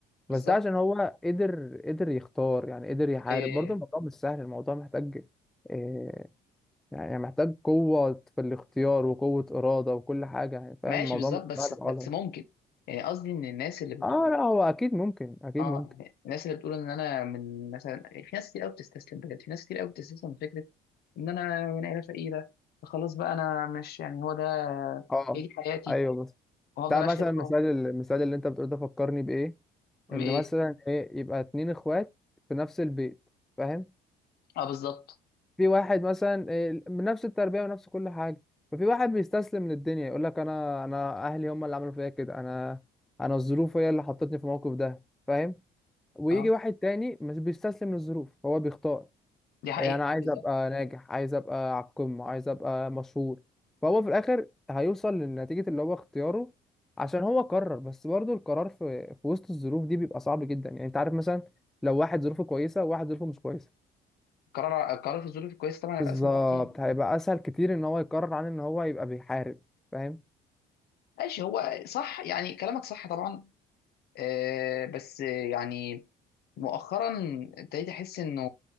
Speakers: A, on the left (about 70°); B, in the centre.
A: بالظبط
B: بس ده عشان هو قدر قدر يختار يعني قدر يحارب
A: إيه
B: برضه الموضوع مش سهل الموضوع محتاج إيه يعني محتاج قوة في الاختيار وقوة إرادة وكل حاجة يعني فاهم
A: ماشي
B: الموضوع
A: بالظبط
B: مش
A: بس
B: سهل خالص
A: بس ممكن يعني قصدي ان الناس اللي بتقول
B: اه لا هو أكيد ممكن أكيد
A: اه
B: ممكن
A: يعني الناس اللي بتقول ان انا من مثلا في ناس كتير قوي بتستسلم بجد في ناس كتير قوي بتستسلم من فكرة ان انا من عيلة فقيرة فخلاص بقى انا مش يعني هو ده
B: اه
A: هي دي حياتي
B: ايوه بس
A: وهفضل
B: بتاع
A: عايش
B: مثلا
A: كده طول
B: المثال
A: عمري
B: المثال اللي انت بتقول ده فكرني بايه
A: أم
B: ان
A: ايه
B: مثلا ايه يبقى اتنين اخوات في نفس البيت فاهم
A: اه بالظبط
B: في واحد مثلا إيه بنفس التربيه ونفس كل حاجه ففي واحد بيستسلم للدنيا يقول لك انا انا اهلي هم اللي عملوا فيا كده انا انا الظروف هي اللي حطتني في الموقف ده فاهم ويجي
A: اه
B: واحد تاني مش بيستسلم للظروف هو بيختار
A: دي حقيقة
B: إيه انا عايز
A: بالظبط
B: ابقى ناجح عايز ابقى على القمه عايز ابقى مشهور فهو في الاخر هيوصل لنتيجه اللي هو اختياره عشان هو قرر بس برضه القرار في في وسط الظروف دي بيبقى صعب جدا يعني انت عارف مثلا لو واحد ظروفه كويسه وواحد ظروفه مش كويسه
A: قرار القرار في الظروف الكويسة طبعا هيبقى
B: بالظبط
A: أسهل بكتير
B: هيبقى
A: آه.
B: اسهل كتير ان هو يقرر عن ان هو يبقى بيحارب فاهم
A: ماشي هو صح يعني كلامك صح طبعا آه بس آه، يعني مؤخرا ابتديت أحس إنه